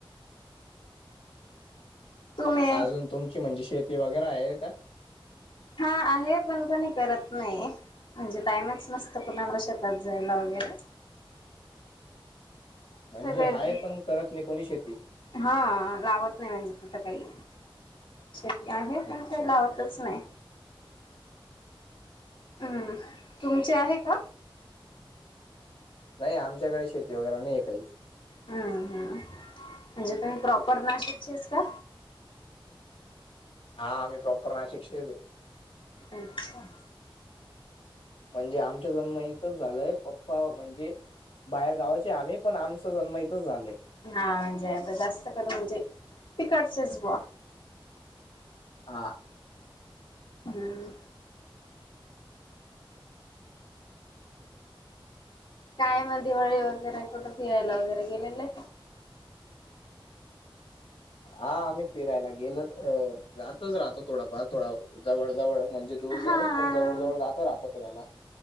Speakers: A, on the left; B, on the left.
A: तुम्ही
B: अजून तुमची म्हणजे शेती वगैरे आहे का
A: हा आहे पण कोणी करत नाही म्हणजे टाईमच मस्त कुणाला शेतात जायला वगैरे
B: म्हणजे
A: सगळे
B: हाय पण करत नाही कोणी शेती
A: हा लावत नाही म्हणजे तिथं काही शेती आहे
B: अच्छा.
A: पण ते लावत. नाही हम् तुमचे आहे का?
B: नाही आमच्याकडे शेती वगैरे नाही काहीच.
A: हम्म हम्म म्हणजे तुम्ही प्रॉपर नाशिकचेस का?
B: हा आम्ही प्रॉपर ना शिक्षेत दे.
A: अच्छा.
B: म्हणजे आमच्या जन्म इथं झालंय पप्पा म्हणजे बाहेर गावाचे आम्ही पण आमच जन्म इथच झालं.
A: हा म्हणजे आता जास्त करू म्हणजे तिकडचच बवा.
B: हा.
A: हम्म. काय म दिवाळी वगैरे कुठं फिरायला वगैरे गेलेलं.
B: हा आम्ही फिरायला गेलो जातच राहतो थोडाफार थोडा जवळ जवळ म्हणजे दूरच
A: हा.
B: नाही पण जवळ जवळ जात राहता फिरायला